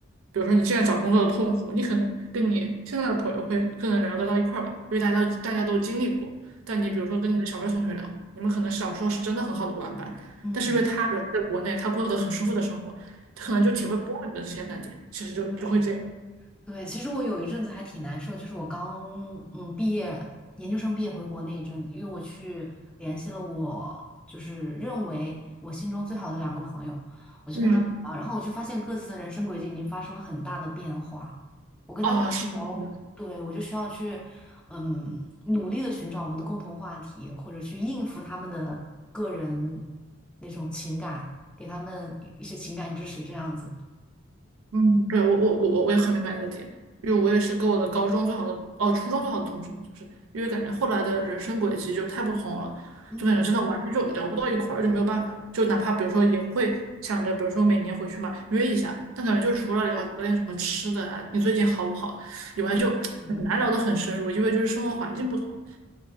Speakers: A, on the right; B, in the centre.
A: 比如说你现在找工作的痛苦，你可能跟你现在的朋友会更能聊得到一块儿吧，因为大家都大家都经历过。但你比如说跟你的小学同学聊，
B: 嗯
A: 你们可能小时候是真的很好的玩伴，
B: 嗯
A: 但是因为他比如说在国内，他过得很舒服的生活，他可能就体会不到你的这些难点，
B: 嗯，
A: 其实就就会这样。
B: 对，对，其实我有一阵子还挺难受，就是我刚嗯毕业，研究生毕业回国那一阵子，因为我去联系了我就是认为我心中最好的两个朋友，我就跟他们聊，
A: 嗯嗯
B: 然后我就发现各自的人生轨迹已经发生了很大的变化。我跟他们聊，
A: 啊，是的，是的，
B: 对，我就需要去嗯努力的寻找我们的共同话题，或者去应付他们的个人那种情感，给他们一些情感支持这样子。
A: 嗯，对，我我我我也很明白你的点，因为我也是跟我的高中最好的，哦，初中最好的同学嘛，就是因为感觉后来的人生轨迹就太不同了，
B: 嗯
A: 就感觉真的完全就聊不到一块儿，就没有办法，就哪怕比如说也会想着，比如说每年回去嘛约一下，但感觉就除了聊聊点什么吃的啊，你最近好不好以外，
B: 嗯。
A: 就很难聊得很深入，
B: 嗯
A: 因为就是生活环境不同。